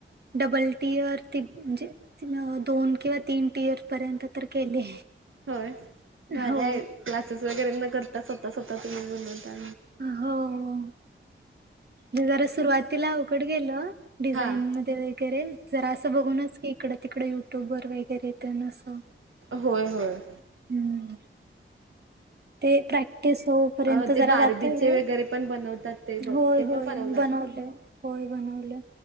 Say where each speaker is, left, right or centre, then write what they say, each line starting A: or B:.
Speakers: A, on the right; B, on the right.
A: डबल टीअर ती म्हणजे दोन किंवा तीन टीअर पर्यंत तर केले.
B: होय. भारी
A: हो
B: हाय क्लासेस वगैरे न करता स्वतः स्वतः तुम्ही बनवता
A: हो. म जरा सुरुवातीला अवघड गेलं. डिझाईन
B: हा.
A: मध्ये वगैरे जरा असं बघूनच की इकडं तिकड युट्यूब वर वगैरे तेन असं.
B: होय होय.
A: हम्म ते प्रॅक्टिस होपर्यंत
B: अ ते
A: जरा
B: बार्बीचे
A: जातोय वेळ.
B: वगैरे पण बनवतात ते
A: होय
B: ते
A: होय.
B: पण बनवला तुम्ही?
A: लो होय बनवलं.